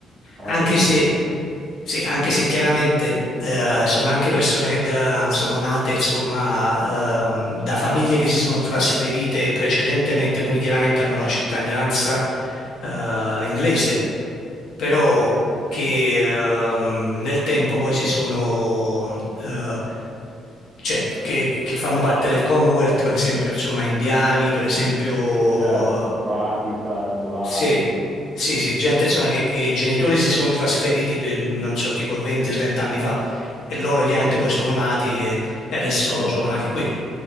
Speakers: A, on the right; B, on the left.
A: anche
B: Anche
A: secondo
B: se,
A: me.
B: sì, anche se chiaramente eh, sono anche persone che da- sono nate, insomma, ehm, da famiglie che si sono trasferite precedentemente, quindi chiaramente hanno la cittadinanza eh, inglese. Però
A: Mhm.
B: che ehm, nel tempo poi si sono, eh, cioè, che, che fanno parte del Commonwealth, per esempio, insomma, indiani, per esempio,
A: Certo, Pakistan, polacchi,
B: sì, sì, sì, gente insomma che, che i genitori
A: Mm.
B: si sono trasferiti, per, non so, tipo 20-30 anni fa e loro chiaramente
A: Mm,
B: poi sono nati e, e adesso
A: certo.
B: sono nati qui.